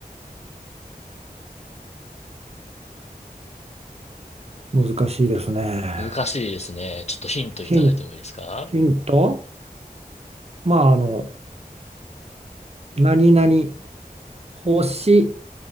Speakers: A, on the right; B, on the left.
A: 難しいですね。
B: 難しいですね。ちょっとヒントいただいてもいいですか
A: ヒン、ヒントまあ、あの、何々星